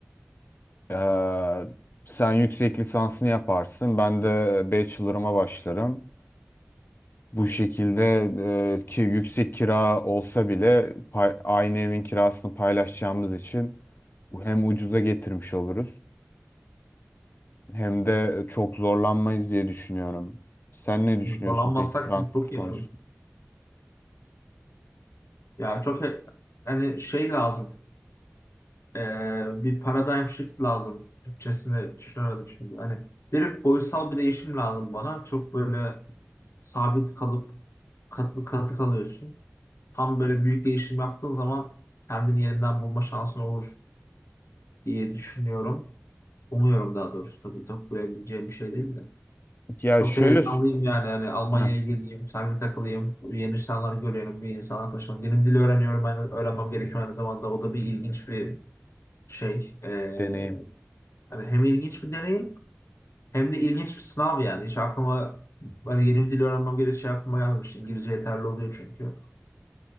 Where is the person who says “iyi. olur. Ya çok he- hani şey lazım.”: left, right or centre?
Left